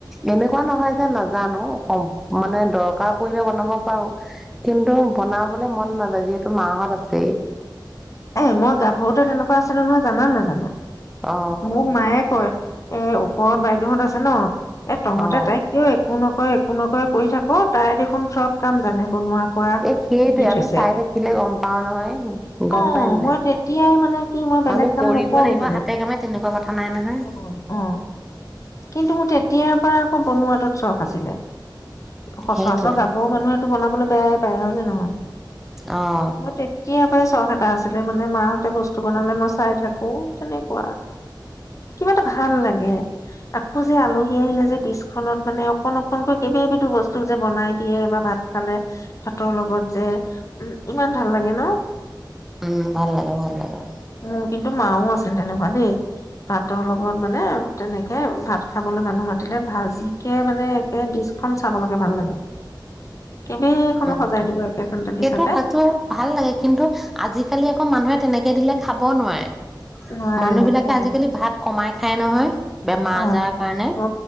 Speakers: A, in the centre; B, on the left (about 40°).
A: এনেকুৱা নহয় যে নাজানো অসম মানে দৰকাৰ পৰিলে বনাব পাৰো কিন্তু বনাবলে মন নাযায় যিহেতু মাহত আছেই
B: এই মই গাভৰুতে তেনেকুৱা আছিলো নহয় জানা নে নাজানা?
A: অ
B: মোক মায়ে কয় এই ওপৰত বাইদেউহত আছে ন এ তহঁতে
A: অ
B: তাইক কিয় একো নক তই একো নকৰে কৰি থাকো তাই দেখোন চব কাম জানে বনোৱা কৰা
A: এ সেইটোয়ে
B: শিকি থৈছে
A: আমি চাই থাকিলে গম পাও নহয়, গম
B: অ
A: পাই নাই
B: মই তেতিয়াই মানে কি মই বেলেগ
A: আমি
B: কাম
A: কৰিব
B: নকৰো
A: লাগিব
B: মানে
A: হাতে কামে তেনেকুৱা কথা নাই নহয়।
B: তো অ কিন্তু মোৰ তেতিয়া তেতিয়া আকৌ বনোৱাটোত চখ আছিলে সচৰাচৰ
A: সেইটোৱে
B: গাভৰু মানুহে ভাতটো বনাবলৈ বেয়াই পায় হয় নে নহয়?
A: অ',
B: মোৰ তেতিয়াৰ পৰাই চখ এটা আছে মনে মনে মাহঁতে বস্তু বনালে মই চাই থাকো অ তেনেকুৱা, কিবা এটা ভাল লাগে আকৌ যে আলহী আহিলে যে দিচখনত মানে অকন অকনকৈ কেইবাবিধো বস্তু যে বনাই দিয়ে বা ভাত খালে ভাতৰ লগত যে উ ইমান ভাল লাগে ন
A: উম ভাল লাগে ভাল লাগে
B: মোৰ কিন্তু মাও আছিল তেনেকুৱা দেই, ভাতৰ লগত মানে তেনেকে ভাত খাবলৈ মানুহ মাতিলে ভাজিকে মানে একে ডিচখন চাবলৈকে ভাল লাগে কেইবেইখনো
A: অ-অ
B: সজাই দিব একেখনতে ডিচতে
A: সেইটো খাতিৰ ভাল লাগে কিন্তু আজিকালি আকৌ অ মানুহে তেনেকে দিলে খাব নোৱাৰে।
B: নোৱাৰে
A: মানুহবিলাকে
B: নেখায়
A: আজিকালি ভাত কমাই হে নহয়। বেমাৰ
B: অ।
A: আজাৰ কাৰণে।
B: অ